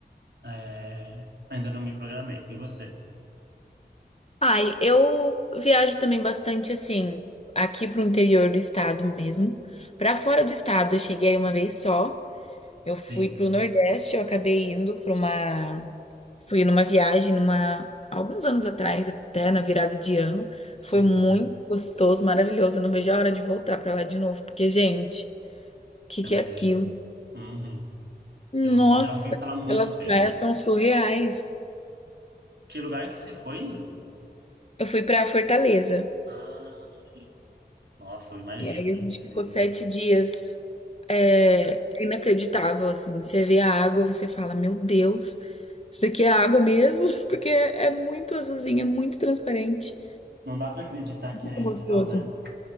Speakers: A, on the right; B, on the left.
A: é, ainda não me programei. E você?
B: Ai, eu viajo também bastante assim, aqui pro interior do estado mesmo. Pra fora do estado, eu cheguei uma vez só. Eu
A: Sim,
B: fui pro Nordeste, eu acabei indo pra uma Fui numa viagem, numa alguns anos atrás, até na virada de ano.
A: sim,
B: Foi muito gostoso, maravilhoso. Eu não vejo a hora de voltar pra lá de novo, porque, gente, o que
A: é
B: que
A: uma
B: é aquilo?
A: delícia. Uhum.
B: Nossa,
A: Eu já ouvi falar muito
B: aquelas
A: bem.
B: praias são surreais.
A: Que lugar que você foi?
B: Eu fui pra Fortaleza
A: Ah, nossa, eu imagino,
B: e aí
A: deve
B: a gente
A: ser.
B: ficou sete dias. É é inacreditável, assim. Você vê a água, você fala, meu Deus, isso daqui é água mesmo? <laughs> Porque é muito azulzinha, é muito transparente.
A: Não dá para acreditar que
B: Muito
A: é
B: gostoso.
A: real, né?